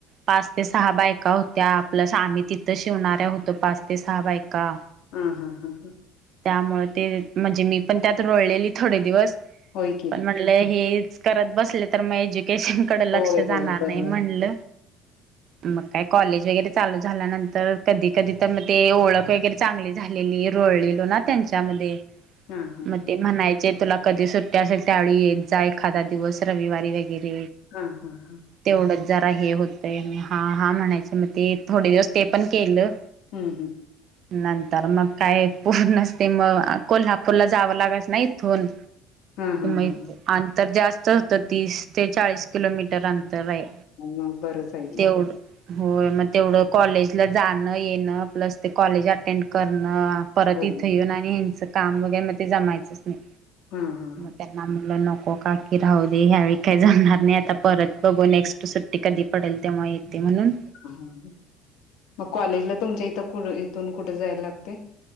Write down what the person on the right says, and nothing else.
पाच ते सहा बायका होत्या आपल्या आम्ही तिथं शिवणाऱ्या होतो पाच ते सहा बायका
त्या मुळे ते म्हणजे मी पण त्यात रोळलेली थोडे दिवस
म्हंटलं हे करत बसले तर मग एज्युकेशन कडे लक्ष
जाणार
नाही म्हणल.
मग काय कॉलेज वगैरे चालू झाल्यानंतर कधी कधी तर मग ते ओळख वगैरे चांगली झालेली रोळलेलो ना त्यांच्यामध्ये
मग
ते म्हणायचे तुला कधी सुट्ट्या असेल त्यावेळी येत जा एखादा दिवस रविवारी वगैरे
तेवढंच जरा हे होतंय हा हा म्हणायच मग ते थोडे दिवस ते पण केलं.
नंतर मग काय पूर्णते मग कोल्हापूरला जावं लागायच नाही इथून
मग
अंतर जास्त होतं तीस ते चाळीस किलोमीटर अंतर आहे.
तेवढ होय मग तेवढं कॉलेजला जाणं येणं प्लस ते कॉलेज अटेंड करणं परत
इथं येऊन आणि ह्यांचं काम वगैरे मग ते जमायचंच नाही.
त्यांना म्हटलं नको काकी राहू दे ह्यावेळी काही जाणार नाही आता परत बघू नेक्स्ट कधी पडेल तेव्हा येते म्हणून